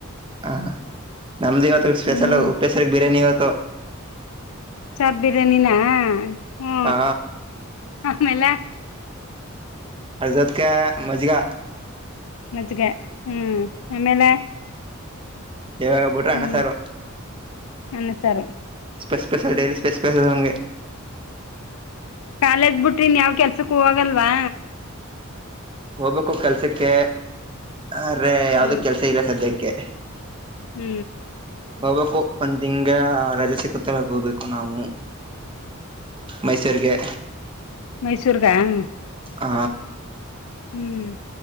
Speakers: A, on the right; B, on the left.
A: ಹ ನಮ್ದು ಇವತ್ತು ಸ್ಪೆಷಲ್
B: ಹ್ಮ್
A: ಉಪ್ಪಸರಿ ಬಿರಯಾನಿ ಇವತ್ತು
B: ಸಾರ್ ಬಿರ್ಯಾನಿನ ಹ್ಮ
A: ಹಾ
B: ಆಮೇಲೆ
A: ಅ ಜೊತ್ಕ ಮಜ್ಗಾ
B: ಮ್ಗೆ ಹ್ಮ್ ಆಮೇಲೆ
A: ಯಾವಾಗೋಗಬಿಟ್ರರು
B: ಹ್ಮ್
A: ಅಣಸಾರು
B: ಅನ್ನ ಸಾರು
A: ಸ್ಪೆಸ್ಪೆಸ ಡಯ್ಲಿ ಸ್ಪೆಸ್ಪೇಸಗೆ
B: ಕಾಲೇಜ್ ಬಿಟ್ರಿನ್ ಯಾವ್ ಕೆಲ್ಸಕ್ಕ ಹೋಗಲ್ವಾ
A: ಹೋಗ್ಬೇಕು ಕೆಲ್ಸಕ್ಕೆ ಅ್ರ
B: ಹ್ಮ್
A: ಯಾವ್ದ ಕೆಲ್ಸ ಇಲ್ಲ ಸದ್ಯಕ್ಕೆ
B: ಹ್ಮ್
A: ಹೋಗ್ಬೇಕು ಒಂದ್ ತಿಂಗ ರಜೆ ಸಿಗುತ್ತಲ್ಲಗೋಗ್ಬೇಕು ನಾವು ಮೈಸೂರ್ಗೆ
B: ಮೈಸೂರುಗ ಹ
A: ಹ
B: ಹ್ಮ್